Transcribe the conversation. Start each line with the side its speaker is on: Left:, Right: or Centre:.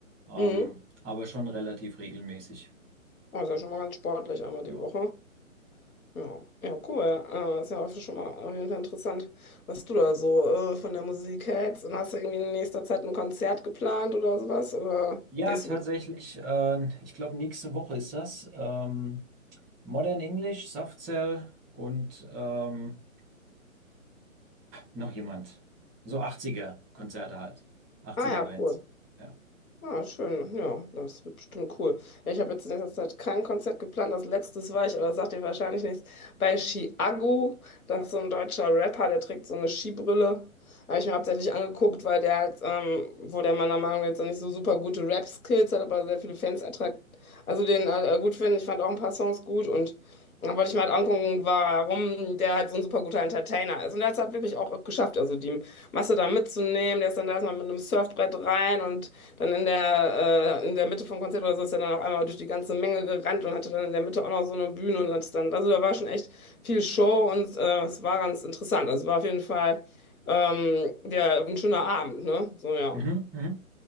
Centre: ähm,
Left: Mhm.
Centre: aber schon relativ regelmäßig.
Left: Oh, ist ja schon mal ganz sportlich, einmal
Centre: Ja,
Left: die Woche. Ja, ja, cool. Äh, ist ja auch schon mal auf jeden Fall interessant, was du da so äh, von der Musik hältst. Und hast du irgendwie in nächster Zeit ein Konzert geplant oder sowas? Oder
Centre: ja
Left: gehst
Centre: tatsächlich.
Left: du?
Centre: Äh, ich glaube, nächste Woche ist das. Ähm, Modern English, Soft Cell und ähm, noch jemand. So 80er-Konzerte halt. 80er-Bands.
Left: Ah ja, cool.
Centre: Ja.
Left: Ah, schön. Ja, das wird bestimmt cool. Ja, ich habe jetzt in letzter Zeit kein Konzert geplant. Das letztes war ich, aber das sagt dir wahrscheinlich nichts. Bei Chiago, das ist so ein deutscher Rapper, der trägt so eine Skibrille. Habe ich mir hauptsächlich angeguckt, weil der halt, ähm, wo der meiner Meinung nach jetzt nicht so super gute Rap-Skills hat, aber sehr viele Fans attraktiv. Also den äh, gut finden. Ich fand auch ein paar Songs gut und dann wollte ich mal angucken, warum der halt so ein super guter Entertainer ist. Und der hat es halt wirklich auch geschafft, also die Masse da mitzunehmen. Der ist dann da erstmal mit einem Surfbrett rein und dann in der, äh, in der Mitte vom Konzert oder so ist er dann auch einmal durch die ganze Menge gerannt und hatte dann in der Mitte auch noch so eine Bühne und hat dann, also da war schon echt viel Show und äh, es war ganz interessant. Also war auf jeden Fall ähm, der, ein schöner Abend, ne? So, ja.
Centre: Mhm, mhm.